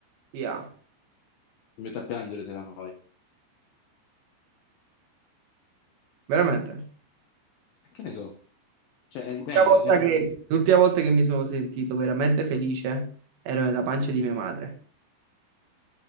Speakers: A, on the right; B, on the left.
A: via.
B: Mi metto a piangere se la fai.
A: Veramente.
B: Che ne so? Cioè, eh, dipende.
A: L'ultima volta
B: Cioè,
A: che,
B: tu...
A: l'ultima volta che mi sono sentito veramente felice ero nella pancia di mia madre.